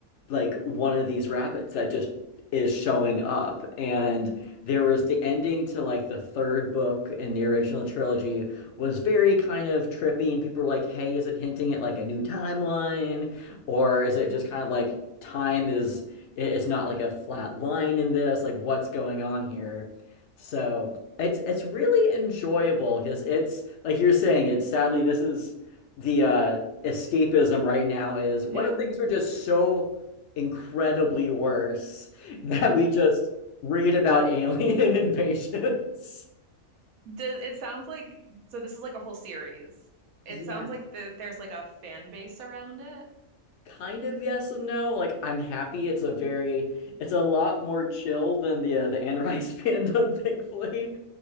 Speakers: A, on the left; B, on the right.
A: like one of these rabbits that just is showing up. And there was the ending to like the third book in the original trilogy was very kind of trippy, and people were like, "Hey, is it hinting at like a new timeline, or is it just kind of like time is i- it's not like a flat line in this? Like, what's going on here?" So it's it's really enjoyable because it's like you're saying, it's sadly this is the uh escapism right now is what
B: <laughs>
A: if things were just so incredibly worse that we just read about alien <laughs> invasions.
B: Does it sounds like so this is like a whole series. It
A: Yeah.
B: sounds like the, there's like a fan base around it.
A: Kind of yes and no. Like I'm happy it's a very it's a lot more chill than the uh, the Anne Rice fandom, <laughs> thankfully.